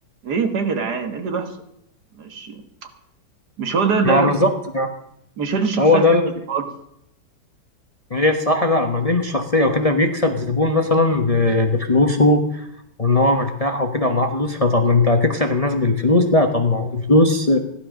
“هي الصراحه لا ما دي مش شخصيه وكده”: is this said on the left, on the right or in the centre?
Left